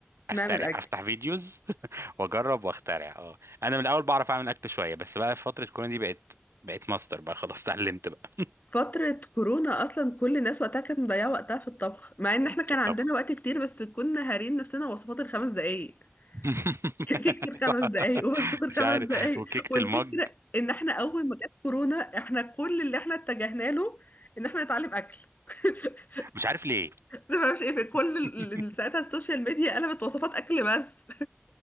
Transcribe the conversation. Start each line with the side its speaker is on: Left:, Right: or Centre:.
Left: نعمل
Right: اخترع
Left: أكل
Right: افتح فيديوز <laughs> واجرب واخترع اه انا من الاول بعرف اعمل اكل شويه بس بقى في فتره كورونا دي بقت بقيت ماستر بقى خلاص اتعلمت بقى
Left: فترة كورونا أصلا كل الناس وقتها كانت مضيعة وقتها في الطبخ مع إن إحنا كان
Right: في الطبخ
Left: عندنا وقت كتير بس كنا هارين نفسنا وصفات الخمس دقايق
Right: <laughs>
Left: <laughs> كيكة الخمس
Right: صح
Left: دقايق ووصفات الخمس
Right: مش عارف
Left: دقايق
Right: وكيكه
Left: والفكرة
Right: المج
Left: إن إحنا أول ما جت كورونا إحنا كل اللي إحنا اتجهنا له إن إحنا نتعلم أكل <laughs>
Right: مش عارف ليه
Left: ده ما مش إيه في كل
Right: <laughs>
Left: ال- ال- ساعتها السوشيال ميديا قلبت وصفات أكل بس